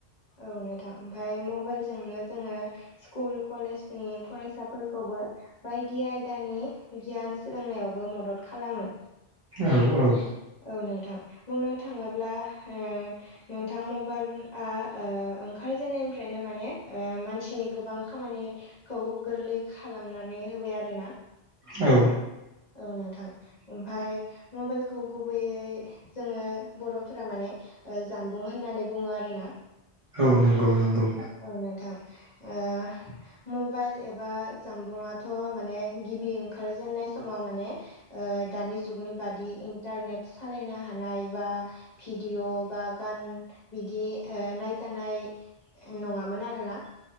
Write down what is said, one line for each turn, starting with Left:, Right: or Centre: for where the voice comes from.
Left: औ नोंथां ओमफफ्राय मबाइलजोंनो जोङो स्कुल कलेज नि फरायसाफोरखौबो बायदि आयदानि गियान सोलोंनायावबो मदद खालामो।
Right: औ औ
Left: औ नोंथां बुंनो थाङोब्ला उम नोंथां मबाइल आ खाय जानायनिफ्रायनो माने ओ मानसिनि गोबां खामानि खौ गोरलै खालामनानै होबाय आरोना
Right: औ
Left: औ नोंथां ओमफाय मबाइलखौ गुबैयै जोङो बर'फोरा माने ओ जामबुं होननानै बुङो आरोना।
Right: औ नंगौ नंगौ।
Left: औ नोंथां ओ मबाइल एबा जानबुङाथ' माने गिबि ओंखारजेनन्नाय समाव माने। दानि जुगनि बादि इन्टारनेट सालायनो हानाय बा भिडिअ' बा गान बिदि नायजानाय नङामोन आरो ना?